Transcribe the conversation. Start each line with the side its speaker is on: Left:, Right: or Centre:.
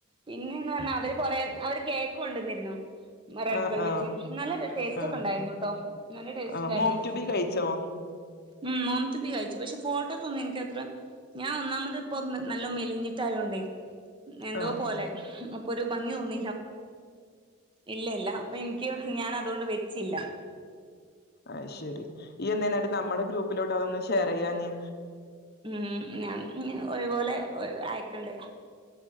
Right: പിന്നെന്ന് പറഞ്ഞാ അവര് കൊറെ അവര് കേക്ക് കൊണ്ടന്നിരുന്നു റെഡ്
Left: ആഹ്
Right: വെൽവറ്റ്
Left: ആഹ്
Right: നല്ല ടേസ്റ്റൊക്കെ
Left: ആഹ്
Right: ഉണ്ടായിരുന്നുട്ടോ നല്ല ടേസ്റ്റ്ണ്ടായിരുന്നു
Left: ആഹ് മോം ടു ബി കഴിച്ചോ
Right: ഉം മോംട്ടുബി കയ്ച്ചു പക്ഷെ ഫോട്ടോ സോന്നും ഇൻക്കത്ര ഞാ ഒന്നാമത്പ്പം നല്ലോ മെലിഞ്ഞി ട്ടായോണ്ടെ എന്തോ
Left: ആഹ്
Right: പോലെ അപ്പൊരു ഭംഗി തോന്നില ഇല്ല ഇല്ല ഇപ്പിൻക്ക് ഞാനതോണ്ട് വെച്ചില്ല
Left: അയ്ശെരി ഇയന്തേന്നട്ട് നമ്മുടെ ഗ്രൂപ്പിലോട്ട് അതൊന്ന് ഷെയർ ചെയ്യാഞ്ഞെ
Right: ഉം ഞാഞ്ഞ് ഒയ് വോലെ അയക്കണ്ട്